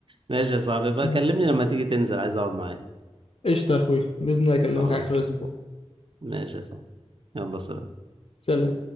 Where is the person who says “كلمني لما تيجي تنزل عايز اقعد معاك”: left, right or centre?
Right